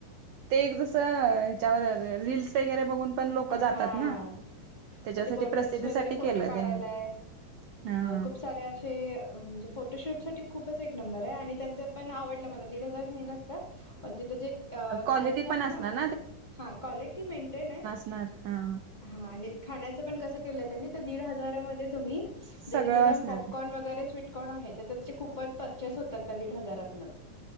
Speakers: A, on the right; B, on the left.
A: ते एक जस अ हेच्यावर रीलीलस वगैरे बघून पण लोक जातात
B: हा
A: ना. त्याच्यासाठी
B: मग ते बॉटल्स
A: प्रसिद्धीसाठी
B: वगैरे फोटो
A: केलं
B: काढायलाय
A: त्यांनी. हा.
B: खूप सारे अशे म्हणजे फोटोशूट साठी खूपच एक नंबर आहे आणि त्यांच पण आवडल मला दीड हजार घेईना का पण तिथं जे
A: क्वालिटी
B: खायला जे
A: पण
B: आहे
A: असणार
B: ना हा क्वालिटी मेंटेन आहे.
A: नार हा.
B: हा आणि खाण्याचं पण कसं केलं त्यांनी त्या दीड हजारा मध्ये तुम्ही
A: सगळं
B: जर तिथे जाऊन
A: असणार
B: पॉपकॉर्न
A: ते
B: वगैरे स्वीट कॅण आहे तर त्याचे कूपन परचेस होतात त्या दीड हजारातनंच.